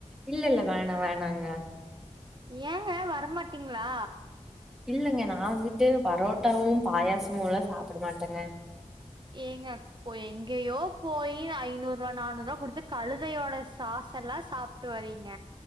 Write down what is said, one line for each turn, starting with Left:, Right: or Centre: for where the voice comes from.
Centre: இல்ல இல்ல வேணாம் வேணாங்க
Right: ஏங்க வரமாட்டீங்களா
Centre: இல்லங்க நான் வந்துட்டு பரோட்டாவும் பாயாசமும்லாம் சாப்பிட மாட்டேங்க
Right: ஏங்க இப்ப எங்கேயோ போயி ஐநூறு ரூவா நானூறு ரூபா குடுத்து கழுதையோட சாஸ்லாம் சாப்ப விட்டு வரீங்க